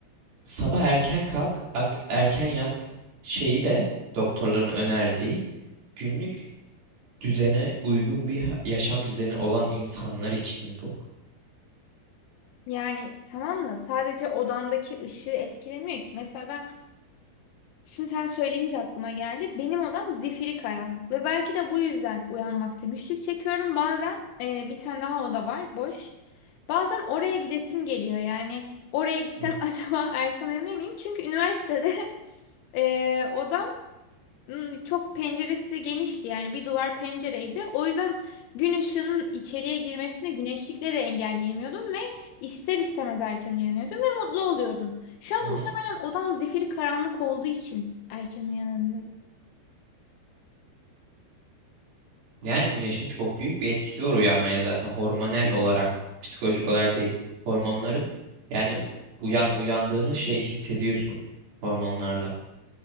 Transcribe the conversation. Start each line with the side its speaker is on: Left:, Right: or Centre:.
Right: sabah erken kalk, ak- erken yat şeyi de doktorların önerdiği günlük düzene uygun bir ha- yaşam düzeni olan insanlar için bu.
Left: Yani tamam da sadece odandaki ışığı etkilemiyor ki. Mesela ben şimdi sen söyleyince aklıma geldi. Benim odam zifiri karanlık ve belki de bu yüzden uyanmakta güçlük çekiyorum. Bazen e, bir tane daha oda var boş. Bazen oraya gidesim geliyor yani oraya gitsem
Right: Hı
Left: <laughs> acaba erken uyanır mıyım? Çünkü üniversitede <laughs> e, odam Hmm, Çok penceresi genişti yani bir duvar pencereydi. O yüzden gün ışığının içeriye girmesini güneşlikle de engelleyemiyordum ve ister istemez erken uyanıyordum ve mutlu oluyordum. Şu an
Right: hı. hı.
Left: muhtemelen odam zifiri karanlık olduğu için erken uyanamıyorum.
Right: Yani güneşin çok büyük bir etkisi var uyanmaya zaten hormonal olarak, psikolojik olarak değil. Hormonların yani u- uyan uyandığını şey hissediyorsun hormonlarla.